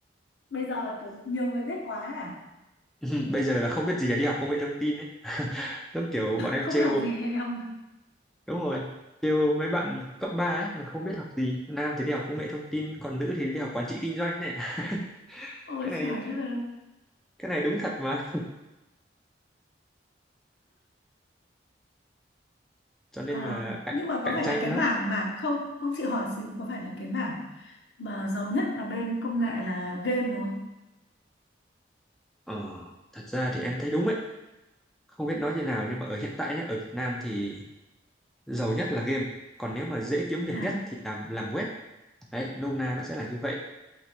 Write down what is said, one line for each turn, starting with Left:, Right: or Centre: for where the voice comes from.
Left: Bây giờ kiểu nhiều người biết quá à?
Centre: <laughs> bây giờ là không biết gì là đi học công nghệ thông tin ấy <laughs> giống kiểu bọn em
Left: Không
Centre: trêu
Left: biết học gì hay không?
Centre: đúng rồi kêu mấy bạn cấp 3 ấy là không biết học gì nam thì đi học công nghệ thông tin còn nữ thì đi học quản trị kinh doanh này <laughs>
Left: Ôi
Centre: cái này
Left: trời đất ơi.
Centre: cái này đúng thật mà cho nên
Left: À,
Centre: là cạnh
Left: nhưng mà
Centre: cạnh
Left: có phải
Centre: tranh
Left: là cái
Centre: lắm
Left: mảng mảng không? Ông chị hỏi xíu có phải là cái mảng mà giàu nhất ở bên công nghệ là game đúng không?
Centre: ờ thật ra thì em thấy đúng ấy không biết nói thế nào nhưng mà ở hiện tại nhá ở Việt Nam thì giàu nhất là game còn nếu mà dễ kiếm việc
Left: À,
Centre: nhất thì làm làm web đấy nôm na nó sẽ là như vậy